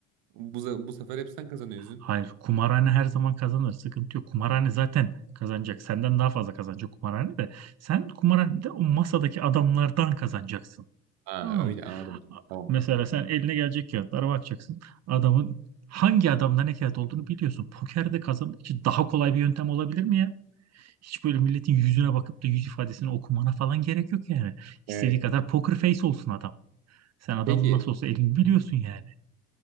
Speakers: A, on the right; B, on the right.
A: Bu, za- bu sefer hep sen kazanıyorsun.
B: Hayır, kumarhane her zaman kazanır. Sıkıntı yok. Kumarhane zaten kazanacak. Senden daha fazla kazanacak kumarhane de. Sen kumarhanede o masadaki adamlardan kazanacaksın.
A: Ha
B: Tamam
A: öyle
B: mı?
A: anladım. Tamam.
B: Mesela sen eline gelecek kağıtlara bakacaksın. Adamın hangi adamda ne kağıt olduğunu biliyorsun. Pokerde kazanmak için daha kolay bir yöntem olabilir mi ya? Hiç böyle milletin yüzüne bakıp da yüz ifadesini okumana falan gerek yok yani. İstediği
A: Evet.
B: kadar poker face olsun adam. Sen adamın
A: Peki.
B: nasıl olsa elini biliyorsun yani.